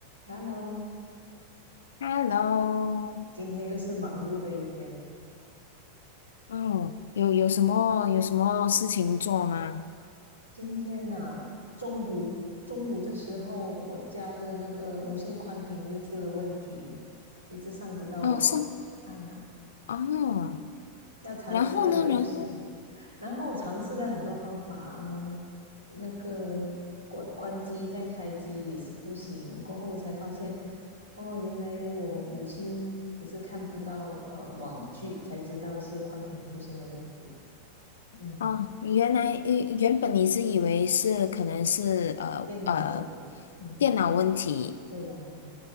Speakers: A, on the right; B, on the left.
A: Hello，
B: Hello，
A: 今天又是忙碌的一天。
B: 哦，有有什么有什么事情做吗？
A: 今天呢、中午中午的时候，我家的那个无线宽频就出了问题，一直上不到网。
B: 哦，上
A: 啊，
B: 哦，
A: 要查资料也不行。
B: 然后呢？然后
A: 然后我尝试了很多方法啊，那个关关机再开机也是不行。过后才发现，哦，原来我母亲也是看不到呃网剧，才知道是宽屏出现了问题。嗯。
B: 哦，原来原原本你是以为是可能是呃呃
A: 电脑问题，嗯，
B: 电脑问题
A: 对呀，对呀，